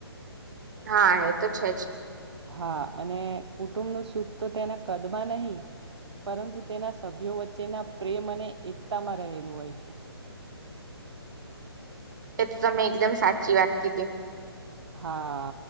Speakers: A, on the right; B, on the right.
A: હા, એ તો છે, જ?
B: હા, અને કુટુંબનુ, સુખ તો તેના કદમાં નહી પરતુ, તેના સભ્યો વચ્ચેના પ્રેમ અને એકતામાં રહેલું હોય છે.
A: એ તો મે, એકદમ સાચી વાત કી હતી.
B: હા